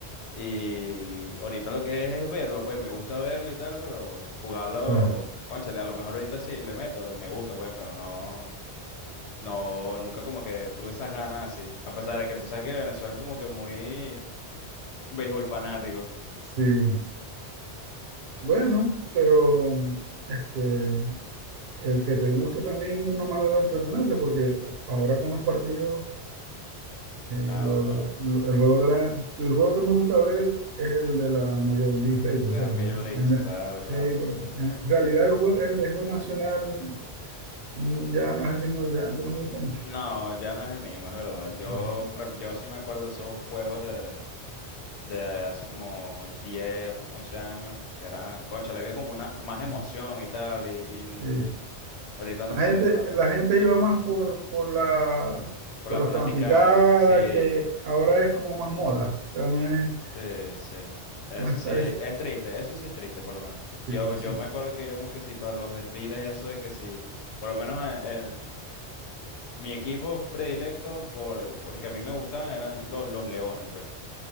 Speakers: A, on the left; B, on the right.
A: Y ahorita lo que es es verlo, pues me gusta verlo y tal, pero jugarlo,
B: claro.
A: c- cónchale, a lo mejor ahorita sí le meto, me gusta, pues, pero no, no, nunca como que tuve esas ganas así. A pesar de que tú sabes que Venezuela es como que muy Béisbol fanático.
B: Sí. Bueno, pero este, el que te guste también es una manera de entretenerte, porque ahora con los partidos, eh,
A: Claro,
B: lo-
A: claro.
B: lo- el juego de la, el juego que me gusta ver es el de la Major League Baseball,
A: De
B: o sea,
A: las Major
B: la
A: Leagues,
B: M-
A: claro,
B: sí,
A: claro.
B: porque en realidad el, jue- el béisbol nacional mm, ya no es el mismo de antes, no me gusta mucho.
A: No, ya no es el mismo, es verdad.
B: Sí,
A: Yo, re- yo sí me acuerdo de esos juegos de, de hace como 10, 11 años, que eran, concha, le había como una más emoción
B: sí,
A: y tal, y, y
B: sí,
A: ahorita no
B: La
A: sé,
B: gente,
A: está
B: la gente iba más por, por la,
A: por
B: por
A: la fanática,
B: la fanaticada,
A: sí,
B: que ahora es como más moda. O sea, no es,
A: sí, sí. Eso
B: no está
A: sí,
B: ese.
A: es triste, eso sí es triste por lo menos. Yo,
B: Sí,
A: yo
B: sí.
A: me acuerdo que íbamos que sí para los desfiles, eso de que sí, por lo menos en, mi equipo predilecto, por, porque a mí me gustaban, eran los, los Leones, pues.